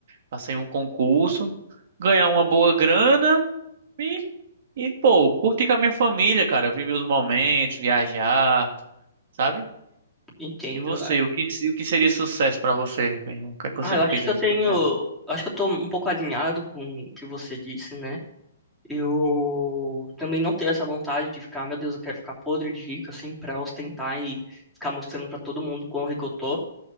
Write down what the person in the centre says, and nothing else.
Entendo.
Ah,
eu
acho que eu
tenho,
acho que eu tô um pouco alinhado com o que você disse, né? Eu também não tenho essa vontade de ficar, meu Deus, eu quero ficar podre de rico, assim, pra ostentar e ficar mostrando pra todo mundo quão rico eu tô.